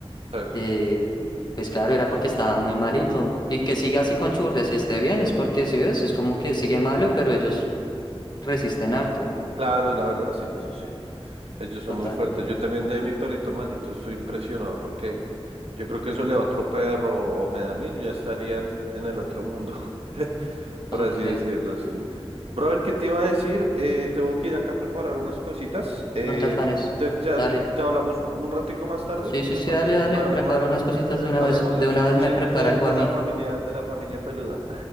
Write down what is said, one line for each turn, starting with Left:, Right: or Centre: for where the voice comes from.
Right: Eh,
Left: eh, pues claro, era porque estaba muy malito. Y que siga así con churrias y esté bien, es porque, si ves, es como que sigue malo, pero ellos resisten harto.
Right: Claro, la verdad, sí, eso sí. Ellos son
Left: Total.
Right: muy fuertes. Yo también de mi perrito malito estoy impresionado porque yo creo que eso le da a otro perro o me da a mí, yo ya estarían en el otro mundo, <laughs> por
Left: Ok,
Right: así decirlo, sí. Brother, ¿qué te iba a decir? Eh, tengo que ir acá a preparar unas cositas. Eh,
Left: no te afanes.
Right: te- ya,
Left: Dale.
Right: ya hablamos un ratico más tarde,
Left: Sí, sí,
Right: ¿te
Left: sí,
Right: parece?
Left: dale, dale.
Right: Bueno,
Left: Prepara
Right: mi hermano.
Left: unas cositas de una
Right: Hablemos,
Left: vez, de
Right: echamos
Left: una vez me
Right: chismes
Left: prepara
Right: de,
Left: algo
Right: de
Left: a mí.
Right: la familia, de la familia peluda.